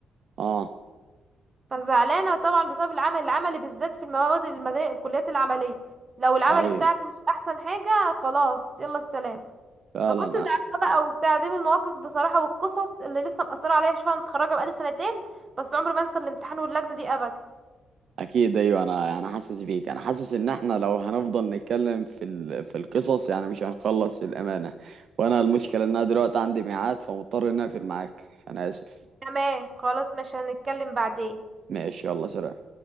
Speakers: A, on the right (about 50°); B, on the right (about 25°).
A: اه
B: فزعلانه طبعا بسبب العمل العملي بالذات في المواد المدارس الكليات العمليه لو العمل
A: ايوه
B: بتاعك مش احسن حاجه خلاص يلا السلام
A: فعلا
B: فكنت زعلانه
A: أ-
B: بقى وبتاع دي من المواقف بصراحه والقصص اللي لسه مأثره عليا شوف انا متخرجه بقالي سنتين بس عمري ما انسى الامتحان واللجنه دي ابدا
A: اكيد ايوه انا انا حاسس بيك انا حاسس ان احنا لو هنفضل نتكلم في ال... في القصص يعني مش هنخلص الامانه وانا المشكله ان انا دلوقتي عندي ميعاد فمضطر ان اقفل معاك انا اسف
B: تمام خلاص ماشي هنتكلم بعدين
A: ماشي يلا سلام